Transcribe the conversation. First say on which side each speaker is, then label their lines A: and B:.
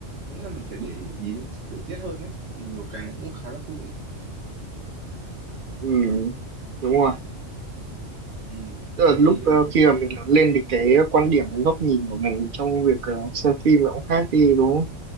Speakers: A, on the right (about 65°); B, on the right (about 45°).
A: có nghĩa là mình phải để ý đến tiểu tiết hơn đấy thì nhiều cái nó cũng khá là thú vị
B: Ừ. Đúng rồi.
A: ừ.
B: tức là
A: thì
B: lúc
A: ờ,
B: ờ, khi mà mình lớn lên thì cái quan điểm cái góc nhìn của mình trong việc ờ, xem phim nó cũng khác đi đúng không